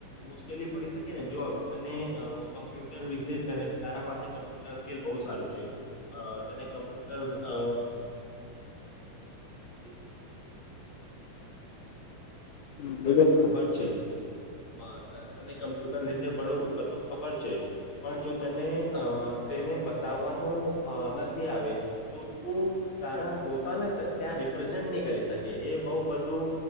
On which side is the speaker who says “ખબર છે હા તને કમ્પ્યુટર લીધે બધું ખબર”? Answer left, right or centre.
Left